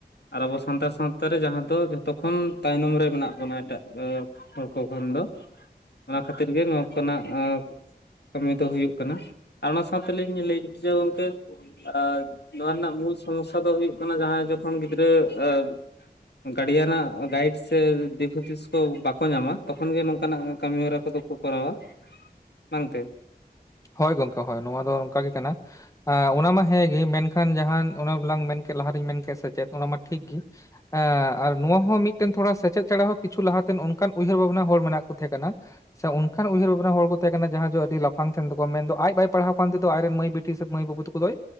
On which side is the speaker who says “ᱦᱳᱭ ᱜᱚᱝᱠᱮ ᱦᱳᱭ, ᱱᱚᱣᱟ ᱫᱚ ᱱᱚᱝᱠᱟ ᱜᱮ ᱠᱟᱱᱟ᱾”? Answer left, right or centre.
Left